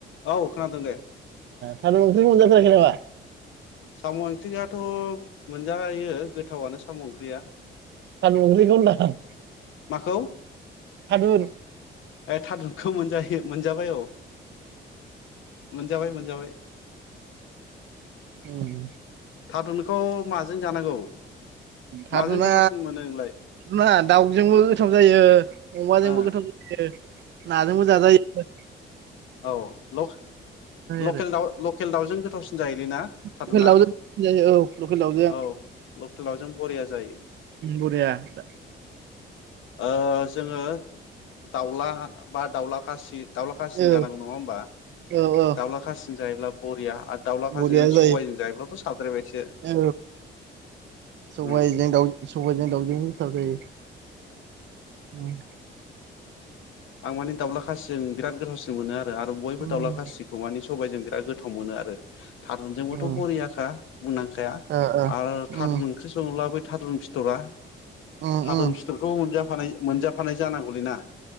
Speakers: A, on the left; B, on the right.
A: औ खोनादों दे
B: थारुन ओंख्रि मोनजाफेराखै नामा
A: साम' ओंख्रिआथ' मोनजायो गोथावआनो साम' ओंख्रिया
B: थारुन ओंख्रिखौ होनदां।
A: माखौ
B: थादुन
A: ए थादुनखौ मोनजायो मोनजाबाय औ मोनजाबाय मोनजाबाय
B: उम
A: थादुनखौ माजों जानांगौ
B: थादुना
A: माजों गोथावसिन मोनो नोंलाय
B: ना दाउजोंबो गोथाव जायो। अमाजोंबो
A: ओ
B: गोथाव जायो नाजोंबो जायो।
A: औ लावस लकेल
B: आरो
A: दाउ लकेल दाउजों गोथावसिन जायोलै ना थादुना
B: लकेल दाउजों
A: औ।
B: जायो लकेल दाउजों
A: औ लकेल दाउजों बरिया जायो।
B: बरिया दा।
A: ओ जोङो दाउला बा दाउला खासि दाउला खासिजों
B: औ
A: जानांगौ नङा होमबा।
B: औ औ
A: दाउला खासिजों जायोब्ला बरिया आरो दाउला खासिजों
B: बरिया जायो
A: सबाइजों जायोब्लाथ' साबद्रायबायसो
B: औ सबाइजों
A: उम
B: दाउ सबाइजों दावजोंबो गोथाव जायो। उम।
A: आं माने दाउला खासिजों बिरात गोथावसिन मोनो आरो आरो बयबो
B: उम
A: दाउला खासिखौ माने सबाइजों बिराद गोथाव। गोथाव मोनो आरो। थारुनजोंबोथ'
B: उम
A: बरियाखा बुंनांखाया
B: ओ ओ
A: आरो थारुन
B: उम
A: ओंख्रि सङोब्लाबो थारुन फिथरा
B: उम
A: थारुन
B: उम
A: फिथरखौ मोनजाफानाय मोनजाफानाय जानांगौलै ना।